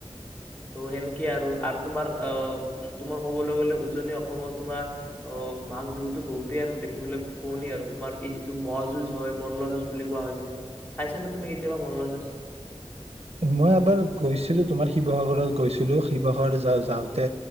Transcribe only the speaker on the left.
ত' সেনেকেই আৰু আৰু তোমাৰ অহ তোমাৰ কবলৈ গলে উজনি অসমৰ তোমাৰ অহ মাঘ বিহুতো বহুতেই আৰু দেখিবলৈ শুৱনি আৰু তোমাৰ এই যিটো ম যুঁজ হয় মল্ল যুঁজ বুলি কোৱা হয় যে, চাইছাানে তুমি কেতিয়াবা মল্লযুঁজ?